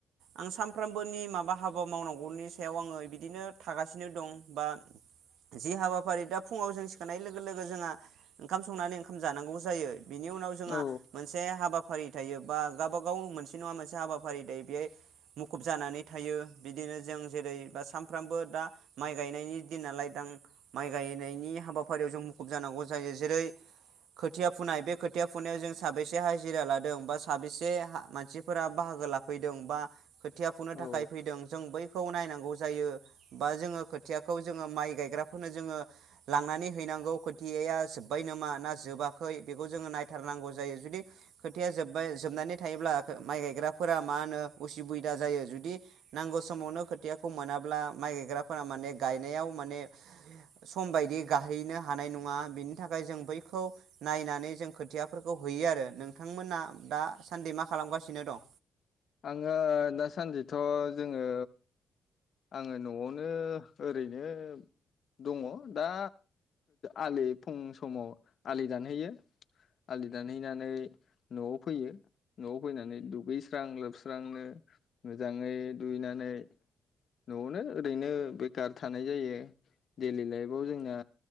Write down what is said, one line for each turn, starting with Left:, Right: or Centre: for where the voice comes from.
Right: आं सानफ्रोमबोनि माबा हाबा मावनांगौनि सायाव आङो बिदिनो थागासिनो दं बा। जि हाबाफारि दा फुङाव जों सिखोनानाय लोगो लोगो जोंहा ओंखाम संनानै ओंखाम जानांगौबो जायो। बिनि उनाव जोंहा
Left: औ
Right: मोनसे हाबा। हाबाफारि थायो बा गावबा गाव मोनसे नङा मोनसे हाबाफारि थायो बेहाय मुखुब जानानै थायो बिदिनो जों जेरै बा सानफ्रामबो दा माइ गायनायनि दि नालाय दां माइ गायनायनि हाबाफारियाव जों मुखुब जानांगौ जायो जेरै खोथिया फुनाय बे खोथिया फुनायाव जों साबेसे हाजिरा लादों बा साबेसे मानसिफोरा बाहागो लाफैदों बा थिया फुनो थाखाय
Left: औ
Right: फैदों जों बै। खौ नायनांगौ जायो बा जोङो। खौ जोङो माइ गायग्रा फोरनो जोङो लांनानै हैनांगौ खोथिया जोबबाय नामा ना जोबाखै बेखौ जोङो नायथारनांगौ जायो जुदि खोथिया जोबबाय जोबनानै थायोब्ला माइ गायग्राफोरा मा होनो उसुबिदा जायो जुदि नांगौ समावनो खोथियाखौ मोनाब्ला माइ गायग्राफोरा माने गायनायाव माने सम बायदि गाहैनो हानाय नङा बिनि थाखाय जों बैखौ नायनानै जों खोथियाफोरखौ हैयो आरो नोंथांमोना दासान्दि मा खालामगासिनो दं।
Left: आङो दासानदिथ जोङो आङो न'आवनो ओरैनो दङ दा आलि फुं समाव आलि दानहैयो आलि दानहैनानै नआव फैयो नआव फैनानै दुगै स्रां लोबस्रांनो मोजाङै दुगैनानै न'आवनो ओरैनो बेखार थानाय जायो डेलि लाइफआव जोंना